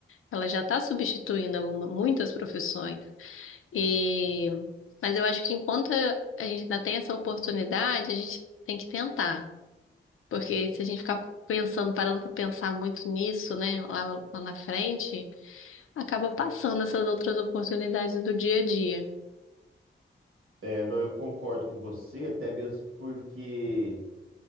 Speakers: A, on the left (about 75°); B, on the right (about 80°).
A: Ela já está substituindo alguma- muitas profissões. E... Mas eu acho que enquanto a gente ainda tem essa oportunidade, a gente tem que tentar. Porque se a gente ficar pensando, parando para pensar muito nisso, né, lá, lá na frente, acaba passando essas outras oportunidades do dia a dia.
B: É, não, eu concordo com você, até mesmo porque